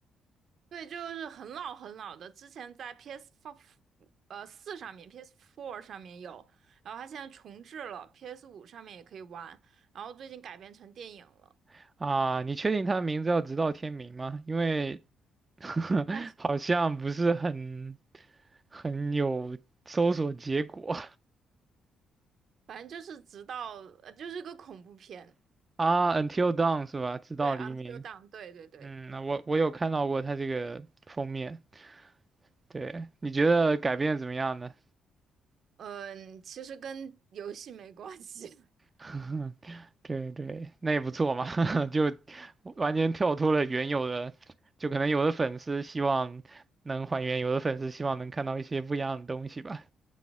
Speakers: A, on the right; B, on the right.
A: 对，就是很老很老的，之前在 PS f 呃四上面，PS Four 上面有，然后它现在重置了，PS 五上面也可以玩，然后最近改编成电影了，
B: <laughs> 啊？你确定它的名字叫《直到天明》吗？因为 <laughs>
A: 应该是，
B: 好像不是很很有搜索结果
A: 反正就是直到呃就是个恐怖片，
B: <laughs> 啊。Until Dawn 是吧？直到黎明。
A: 对，Until Dawn，对对对，
B: 嗯，那我我有看到过它这个封面。对，你觉得改编得怎么样呢？
A: 嗯，其实跟游戏没关系。<laughs>
B: <laughs> 对对，那也不错嘛，<laughs> 就完全跳脱了原有的，就可能有的粉丝希望能还原，有的粉丝希望能看到一些不一样的东西吧。